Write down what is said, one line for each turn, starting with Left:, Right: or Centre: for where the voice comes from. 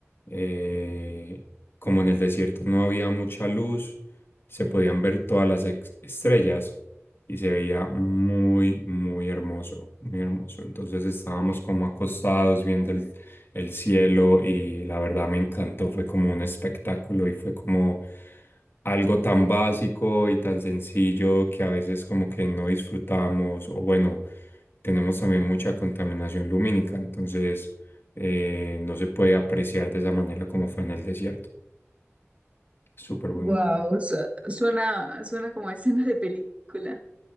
Left: eh, como en el desierto no había mucha luz, se podían ver todas las ex- estrellas y se veía muy, muy hermoso, muy hermoso. Entonces estábamos como acostados viendo el, el cielo y la verdad me encantó, fue como un espectáculo y fue como algo tan básico y tan sencillo que a veces como que no disfrutamos o bueno tenemos también mucha contaminación lumínica, entonces eh, no se puede apreciar de esa manera como fue en el desierto. Súper bonito.
Right: Wow, suena, suena como a escena de película.